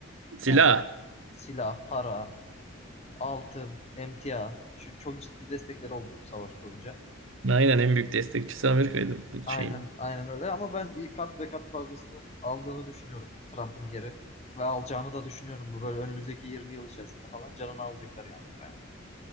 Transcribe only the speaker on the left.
Yani silah, para, altın, emtia şu çok ciddi destekler oldu savaş boyunca.
Aynen,
aynen öyle ama ben kat ve kat fazlasını aldığını düşünüyorum Trump'ın geri ve alacağını da düşünüyorum bu böyle önümüzdeki 20 yıl içerisinde falan canını alacaklar yani Ukrayna.